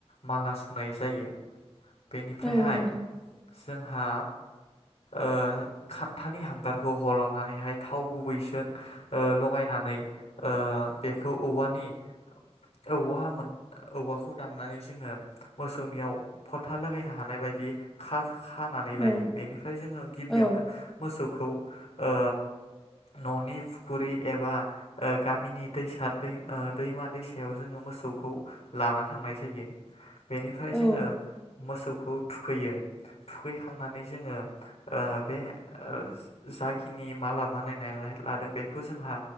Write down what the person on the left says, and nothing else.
माला सुनाय जायो। बेनिफ्रायहाय
जोंहा ओ खान्थानि हांगारखौ हल'नानैहाय थाव गुबैजों ओ लगायनानै ओ बेखौ औवानि औवा मोन औवाखौ दाननानै जोङो मोसौनियाव फथा लागायनो हानाय बायदि खा खानानै लायो
बेनिफ्राय जोङो गिबियावनो
मोसौ खौ ओ न'नि फुखुरि एबा ओ गामिनि दैसा दै ओ दैमा दैसायाव जोङो मोसौखौ लाना थांनाय जायो। बेनिफ्राय
जोङो मोसौ खौ थुखैयो थुखैखांनानै जोङो ओ बे ओ जाखिनि मालाब मानायनायलाय लादों बेखौ जोंहा